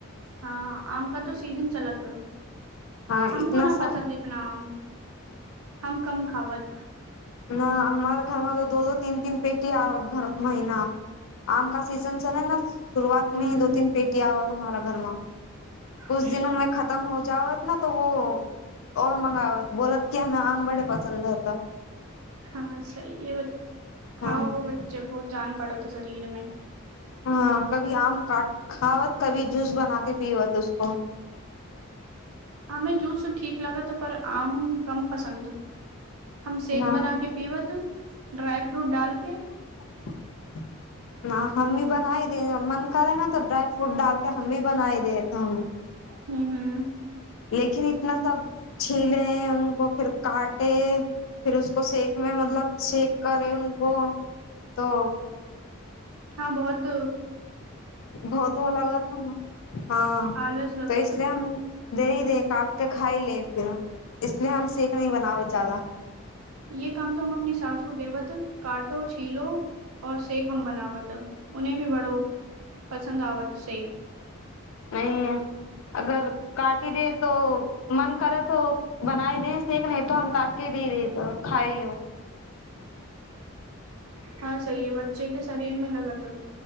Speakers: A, on the right; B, on the left.
A: हँ आम का तो सीजन चलत,
B: हाँ
A: हमको
B: इतना
A: न
B: सा
A: पसन्द हं, हम कम खावत।
B: हँ हमारे घरमे त दो दो तीन तीन पेटी आवत हर महीना। आम का सीजन चलै ने शुरुआत
A: हूं
B: मे ही
A: हूं
B: दो तीन पेटी आवत हमारा घरमे, कुछ
A: अच्छा
B: दिनोमें खतम हो जावत ना तो वो और मंगाबत बोलत कि हमे आम बड़े पसन्द ह तऽ
A: हँ सही इ बात, खाओ
B: हाँ
A: बच्चे को बहुत जान पड़तऽ शरीर में।
B: हँ कभी आम काट खावत, कभी जूस बना के पीबत उसको।
A: हमे जूस ठीक लगत पर आम कम पसन्द, हम शेक
B: न
A: बना के पीबत, ड्राई फ्रूट डालके
B: <inaudible> न हम भी बनाइ दे मन करे ने त ड्राई फ्रूट डालके हम भी बनाई देत हन।
A: हुं हुं।
B: लेकिन इतना सब छीले है उनको फिर काटे फिर उसको सेक मे मतलब सेक करे उसको तो
A: हँ बहुत
B: बहुत ओ लगत हन
A: आलस लगत
B: तऽ इसलिए हम देहि दे काटके खाइ ले फिर, इसलिए हम सेक नहि बनाबत जादा।
A: ये काम तो हम अपनी सास को देबत, काटो छीलो और सेक हम बनाबत है। उन्हे भी बड़ो पसन्द आवत शेक।
B: नहीं अगर काटि दे तो मन करै त बनाइ दे सेक, नहि तो हम काटके दहि देत है खाइ लू।
A: हँ सही है बच्चे के शरीर में लगतऽ।